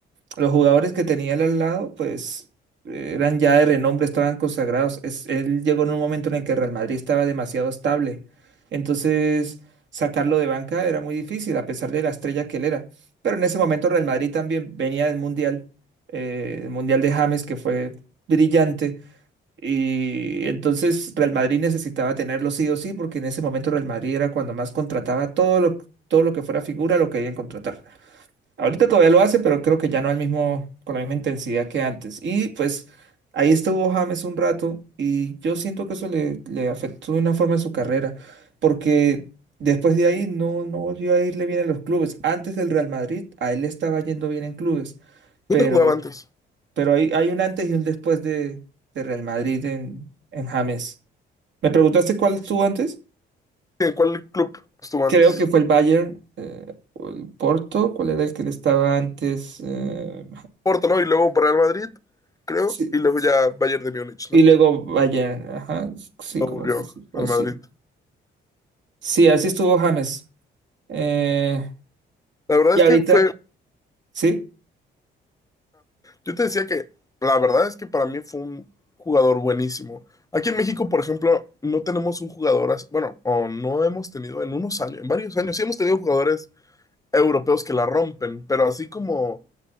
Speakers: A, on the right (about 65°); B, on the left (about 15°).
A: Los jugadores que tenía él al lado, pues eh, eran ya de renombre, estaban consagrados. Es- él llegó en un momento en el que Real Madrid estaba demasiado estable. Entonces, sacarlo de banca era muy difícil, a pesar de la estrella que él era. Pero en ese momento Real Madrid también venía del Mundial, eh, el Mundial de James, que fue brillante. Y entonces Real Madrid necesitaba tenerlo sí o sí, porque en ese momento Real Madrid era cuando más contrataba todo lo, todo lo que fuera figura, lo querían contratar. Ahorita todavía lo hace, pero creo que ya no al mismo, con la misma intensidad que antes. Y pues ahí estuvo James un rato y yo siento que eso le, le afectó de una forma en su carrera, porque después de ahí no, no volvió a irle bien en los clubes. Antes del Real Madrid, a él le estaba yendo bien en clubes, pero,
B: ¿Dónde jugaba antes?
A: pero hay, hay un antes y un después de, de Real Madrid en, en James. ¿Me preguntaste cuál estuvo antes?
B: ¿En cuál club estuvo
A: Creo
B: antes?
A: que fue el Bayern. eh, o el Porto, ¿cuál era el que le estaba antes? Eh,
B: Porto, ¿no? Y luego Real Madrid, creo.
A: Sí,
B: Y luego ya Bayern de Múnich,
A: Y
B: ¿no?
A: luego Bayern, ajá, sí,
B: Luego
A: como
B: volvió
A: que sí, fue
B: al
A: así.
B: Madrid.
A: Sí, así estuvo James. Eh,
B: La verdad
A: y
B: es
A: ahorita,
B: que fue...
A: sí,
B: Yo te decía que la verdad es que para mí fue un jugador buenísimo. Aquí en México, por ejemplo, no tenemos un jugador, as- bueno, o no hemos tenido en unos años, en varios años, sí hemos tenido jugadores europeos que la rompen, pero así como,